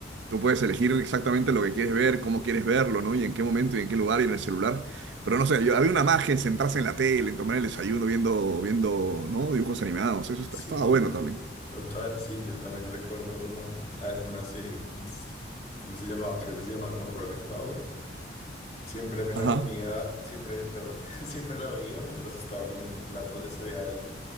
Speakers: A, on the right; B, on the left.
A: tú puedes elegir exactamente lo que quieres ver, cómo quieres verlo, ¿no? Y en qué momento y en qué lugar y en el celular. Pero no sé, yo- había una magia en sentarse en la tele, en tomar el desayuno viendo, viendo, ¿no? Dibujos animados. Eso est-
B: Sí,
A: estaba bueno
B: t-
A: también.
B: total, sí, yo también recuerdo como al- una serie, como, s- ¿cómo se llamaba? Creo que se llamaba como Rocket Power. Siempre me la
A: Ajá.
B: comía, siempre, perdón, <laughs> siempre la veía mientras estaba comiendo un plato de cereal